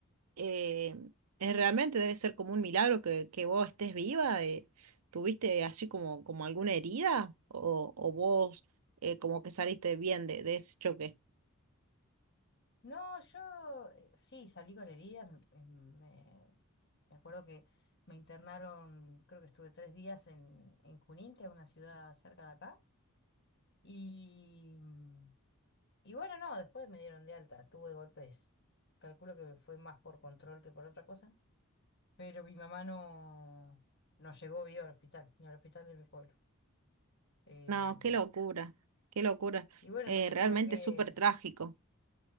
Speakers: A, on the right; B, on the left.
A: eh, es realmente debe ser como un milagro que, que vos estés viva. eh. ¿Tuviste así como, como alguna herida? ¿O, o vos eh, como que saliste bien de, de ese choque?
B: No, yo eh, sí salí con heridas, m- eh, me, me acuerdo que me internaron, creo que estuve tres días en, en Junín, que es una ciudad cerca de acá, y, mm, y bueno, no, después me dieron de alta, tuve golpes, calculo que fue más por control que por otra cosa, pero mi mamá no, no llegó viva al hospital, ni al hospital de mi pueblo. Em,
A: No, qué locura, qué locura.
B: Y bueno,
A: Eh,
B: entonces
A: realmente
B: como que,
A: es súper trágico.